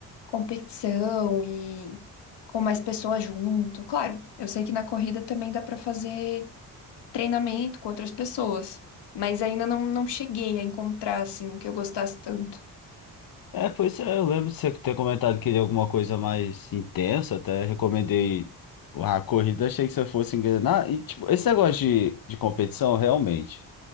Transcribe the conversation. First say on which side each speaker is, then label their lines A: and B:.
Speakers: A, on the left (about 70°); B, on the left (about 50°).
A: competição e com mais pessoas junto. Claro, eu sei que na corrida também dá pra fazer treinamento com outras pessoas, mas ainda não, não cheguei a encontrar, assim, o que eu gostasse tanto.
B: É, pois é, eu lembro de você ter comentado que queria alguma coisa mais intensa, até recomendei a corrida, achei que você fosse engrenar. E, tipo, esse negócio de, de competição, realmente.